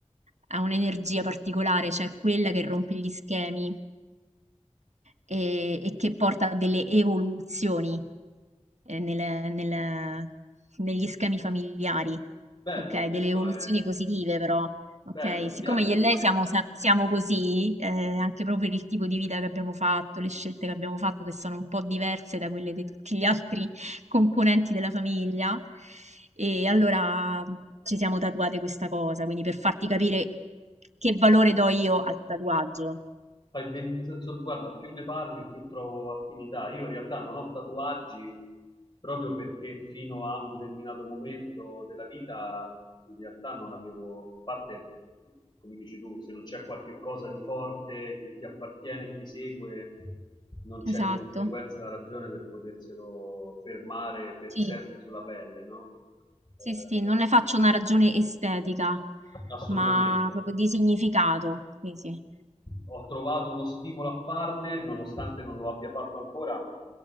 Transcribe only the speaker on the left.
Bello,
questo
è
bello, mi
piace
come
idea.
Fai ben, nel senso, guarda, più ne parli, più trovo affinità. Io in realtà non ho tatuaggi proprio perché fino a un determinato momento della vita, in realtà non avevo, a parte, come dici tu, se non c'è qualche cosa di forte che ti appartiene e ti segue, non c'è
di conseguenza la ragione per poterselo fermare per
sempre sulla pelle, no? Eh,
assolutamente.
ho trovato uno stimolo a farne, nonostante non lo abbia fatto ancora,